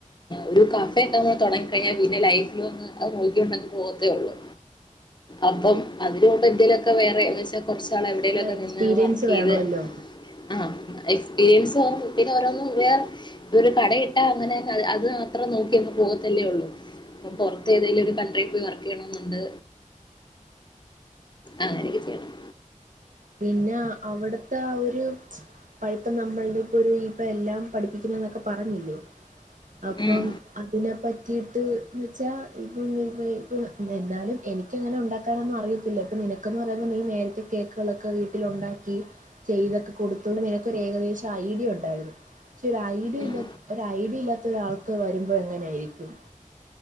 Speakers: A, on the left (about 35°); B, on the right (about 70°).
A: ഒരു കഫ് പെട്ടെന്ന് തൊടങ്ങി കഴിഞ്ഞാൽ പിന്നെ ലൈഫിൽ വന്ന് അത് നോക്കികൊണ്ട് പോകത്തേ ഉള്ളൂ അപ്പം അതിനു മുമ്പ് എന്തേലൊക്കെ വേറെ എന്ന് വെച്ചാ കൊറച്ചാള് എവിടേലൊക്കെ
B: അത് എക്സ്പീരിയൻസ്
A: നിന്ന് വർക്കെയ്ത്
B: വേണമല്ലോ
A: ആഹ എക്സ്പീരിയൻസ് ആകും പിന്നെ ഓരോന്ന് വേറെ ഇതൊരു കടയിട്ടാ അങ്ങനെ അത് മാത്രം നോക് കിങ് പോവത്തല്ലേ ഉള്ളു അപ്പൊ പുറത്തേതേലും ഒരു കൺട്രി പോയി വർക്ക്യ്യണന്നുണ്ട് അങ്ങനൊക്കെ ചെയ്യണം
B: പിന്നെ അവിടത്തെ ആ ഒരു പട്ത്തം നമ്മളുടെ ഇപ്പൊ ഒരു ഇപ്പ എല്ലാം പഠിപ്പിക്കണംന്നൊക്കെ പറഞ്ഞില്ലേ അപ്പം
A: ഉം
B: അതിനെപ്പറ്റിയിട്ട് എന്ന് വെച്ചാൽ ഇപ്പം ഇപ്പം എന്നാലും എനിക്ക് ക്ക്‌ ഇങ്ങനെ ഉണ്ടാക്കാനൊന്നും അറിയത്തില്ല പ്പം നിനക്കെന്ന് പറയുമ്പോ നീ നേരത്തെ കേക്ക് ക്ക്‌ളൊക്കെ വീട്ടില് ഉണ്ടാക്കി ചെയ്തൊകെ കൊടുത്തോണ്ട് നിനക്ക് ഒരു ഏകദേശം ഐയ്ഡിയ ഉണ്ടായിരുന്നു ക് ഒരു ഐഡിയ
A: ഉം
B: ഇല്ലാ ഒരു ഐഡിയ ഇല്ലാത്ത ഒരാൾക്ക് വരുമ്പോ എങ്ങനെയായിരിക്കും